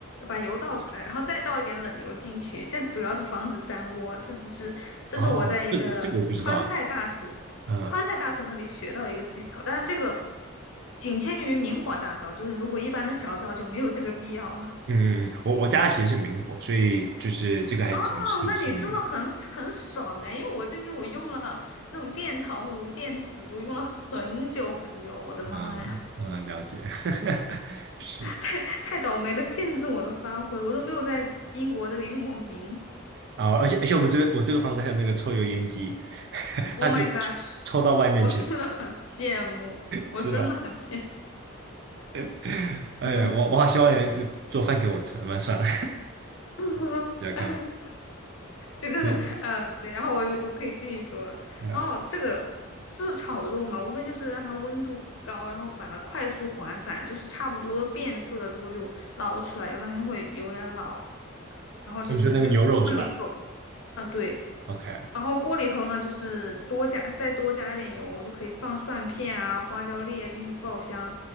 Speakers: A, on the left (about 75°); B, on the right (about 55°).
A: 把油倒出来，然后再倒一点冷油进去，这主要是防止粘锅，这只是这是我在一个川菜大厨川菜大厨那里学到一个技巧，
B: 哦，这个这个我不知道，嗯嗯
A: 但是这个仅限于明火大灶，就是如果一般的小灶就没有这个必要了。
B: 嗯，嗯，我我家其实是明火，所以就是这个还挺挺适用的。
A: 哦，那你真的很很爽哎，因为我这边我用了那种电陶炉、电磁炉，用了很久很久，我的妈呀，
B: 嗯嗯，了解，<laughs> 是
A: <laughs> 太太倒霉了，限制我的发挥，我都没有在英国这里用过明
B: 啊，而且而且我们这边我这个房子还有那个抽油烟机，<laughs>
A: Oh
B: 它可以抽抽到外面去的，
A: my gosh，我真的很羡慕，我真的很羡慕。
B: 是吧？<laughs> 哎呀，
A: 嗯，
B: 我我好希望有人就做饭给我吃，那算了，
A: <laughs>
B: <laughs> 你来看，
A: 这个，<laughs>
B: 对，
A: 嗯，对，然后我我可以继续说了然后这个
B: 嗯，哦
A: 就是炒肉嘛，无非就是让它温度高，然后把它快速滑散，就是差不多的变色了之后就捞出来，要不然它就会有点老。然后就是这个锅里头，
B: 你说那个牛肉是吧
A: 啊，对，
B: ？OK，
A: 然后锅里头呢，就是多加再多加一点油，就可以放蒜片啊、花椒粒啊进去爆香，